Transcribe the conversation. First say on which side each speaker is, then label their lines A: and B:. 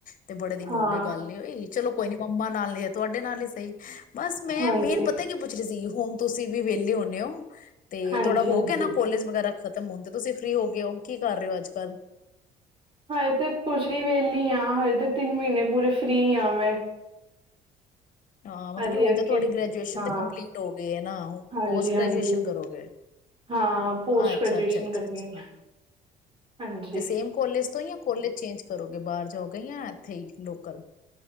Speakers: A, on the left; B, on the right.
A: ਤੇ ਬੜੇ ਦਿਨ
B: ਹਾਂ
A: ਹੋ ਗਏ ਗੱਲ ਨੀ ਹੋਈ ਚਲੋ ਕੋਈ ਨੀ ਮੰਮਾ ਨਾਲ ਨੀ ਤੁਹਾਡੇ ਨਾਲ ਹੀ ਸੀ। ਬਸ ਮੈਂ
B: ਹਾਂਜੀ
A: ਮੇਨ ਪਤਾ ਕੀ ਪੁੱਛ ਰਹੀ ਸੀ ਹੁਣ ਤੁਸੀਂ ਵੀ ਵਿਹਲੇ ਹੁੰਨੇ ਓ ਤੇ
B: ਹਾਂਜੀ
A: ਹੋ
B: ਹਾਂਜੀ
A: ਗਿਆ ਨਾ ਕੋਲੇਜ ਵਗੈਰਾ ਖਤਮ ਹੋਣ ਤੇ ਤੁਸੀਂ ਫ੍ਰੀ ਹੋ ਗਏ ਹੋ, ਕੀ ਕਰ ਰਹੇ ਹੋ ਅੱਜ ਕੱਲ?
B: ਹਜੇ ਤੇ ਕੁਛ ਨੀ ਵਿਹਲੀ ਆ ਹਜੇ ਤਾਂ ਤਿੰਨ ਮਹੀਨੇ ਪੂਰੇ ਫ੍ਰਰੀ ਆ ਮੈਂ
A: ਹਾਂ, ਮਤਲਬ
B: ਹਜੇ
A: ਕਿ ਹੁਣ
B: ਅੱਗੇ
A: ਤੁਹਾਡੀ ਗ੍ਰਜੂਏਸ਼ਨ
B: ਹਾਂ
A: ਕੰਪਲੀਟ ਹੋਗੀ ਐ ਨਾ, ਹੁਣ
B: ਹਾਂਜੀ
A: ਪੋਸਟ
B: ਹਾਂਜੀ
A: ਗ੍ਰਜੂਏਸ਼ਨ ਕਰੋਗੇ
B: ਹਾਂ ਪੋਸਟ
A: ਅੱਛਾ,
B: ਗ੍ਰੈਜੂਏਸ਼ਨ
A: ਅੱਛਾ
B: ਕਰਨੀ ਹੈ
A: ਆ
B: ਹਾਂਜੀ
A: ਤੇ ਸੇਮ ਕੋਲੇਜ ਤੋਂ ਹੀ ਆ ਕੋਲੇਜ ਚੇਂਜ ਕਰੋਗੇ ਬਾਹਰ ਜਾਓਗੇ ਜਾਂ ਇੱਥੇ ਹੀ ਲੋਕਲ।